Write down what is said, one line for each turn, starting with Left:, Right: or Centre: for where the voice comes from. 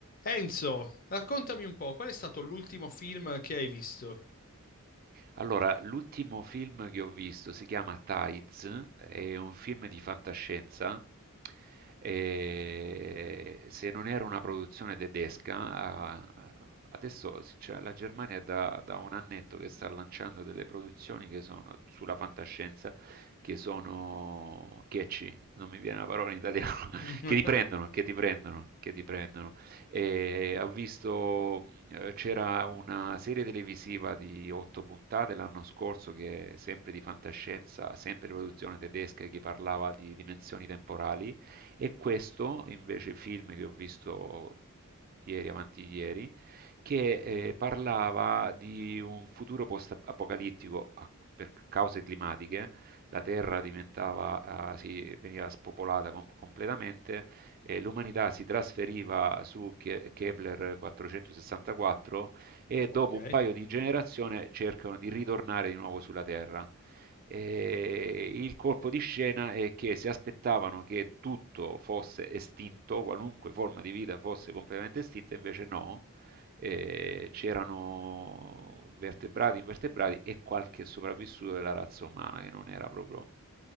Left: Enzo, raccontami un po', qual è stato l'ultimo film che hai visto?
Right: Allora, l'ultimo film che ho visto si chiama Tides, è un film di fantascienza. e se non era una produzione tedesca, a- a- adesso sincer- la Germania è da, da un annetto che sta lanciando delle produzioni che sono sulla fantascienza, che sono catchy, non mi viene la parola in italiano, <laughs>
Left: <laughs>
Right: che ti prendono, che ti prendono, che ti prendono. E ho visto, eh, c'era una serie televisiva di otto puntate l'anno scorso che è sempre di fantascienza, sempre produzione tedesca, che parlava di dimensioni temporali. E questo invece film che ho visto ieri, avanti ieri, che eh, parlava di un futuro post-apocalittico a- per cause climatiche. La Terra diventava, ah, sì, veniva spopolata com- completamente eh, l'umanità si trasferiva su Che- Kepler 464 e
Left: Ok,
Right: dopo un paio di generazioni cercano di ritornare di nuovo sulla Terra. E il colpo di scena è che si aspettavano che tutto fosse estinto, qualunque forma di vita fosse completamente estinta, invece no, eh, c'erano vertebrati, invertebrati e qualche sopravvissuto della razza umana che non era proprio